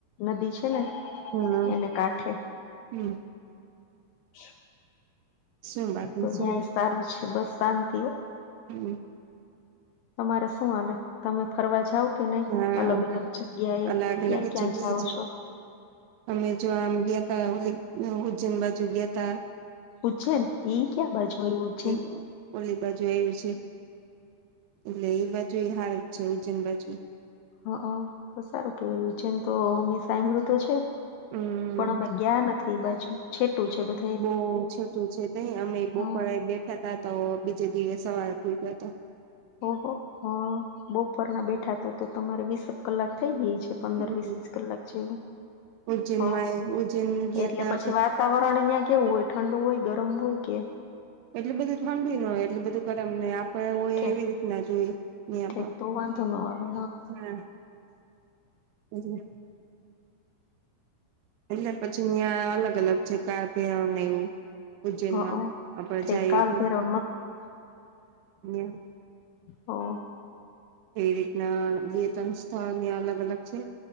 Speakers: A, on the left; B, on the right.
A: નદી છે, ને
B: હમ
A: એને કાંઠે
B: હ
A: <inaudible>
B: શું બાકી
A: તો
B: શું
A: ન્યાય સારું છે, બસ શાંતિઓ.
B: હમ
A: તમારે શું હાલે? તમે ફરવા જાઓ કે નહીં
B: હા
A: અલગ-
B: અમારે
A: અલગ જગ્યાએ
B: અલગ અલગ
A: ક્યાં ક્યાં
B: જગ્યાએ
A: જાઓ
B: જાવ
A: છો?
B: અમે જો આમ ગ્યતા ઓલી ઉજ્જૈન બાજુ ગ્યતા.
A: ઉજ્જૈન એ ક્યાં બાજુ આયવું છે.
B: એ ઓલી બાજુ આયવું છે, એટલે એ બાજુ એ હારુ જ છે ઉજ્જૈન બાજુ.
A: હ અ તો સારું કેવાયું, ઉજ્જૈન તો અમે સાંભળું તો છે.
B: હમ
A: પણ અમે ગ્યા નથી એબાજુ છેટું છે, બધ
B: બોવ છેટું છે, તય અમે બપોરે
A: હ
B: બેઠા હતા તો બીજે દિવસ સવારે પૂયગા અતા.
A: ઓહો હ બોપોરના બેઠા તોતો તમારે વીસેક કલાક થઈ ગય છે. પંદર
B: હમ
A: વીસ કલાક જેવું.
B: ઉજ્જૈનમાં
A: હ
B: એ ઉજ્જૈન ગયા
A: એટલે
B: તા
A: પછી વાતાવરણ અય્યા કેવું હોય, ઠંડુ ઓય ગરમ હોય કે,
B: એટલી બધું ઠંડી ન ઓય એટલે બધું ગરમને આમ, પણ <unintelligible>
A: ઠેક
B: એવી રીતના જોઈ <inaudible> પણ
A: ઠેક
B: હા,
A: તો વાંધો ન આવે
B: <inaudible> એટલે એટલે પછી અય્યા અલગ અલગ છે, કાર પે <unintelligible> એવું. ઉજ્જૈનમાં
A: હા
B: આપડે
A: ઠે
B: જાઈએ
A: કાલ
B: એટલે
A: ભૈરવ
B: <unintelligible>
A: હ
B: એવી રીતના વેતન સ્થળ અય્યા અલગ અલગ છે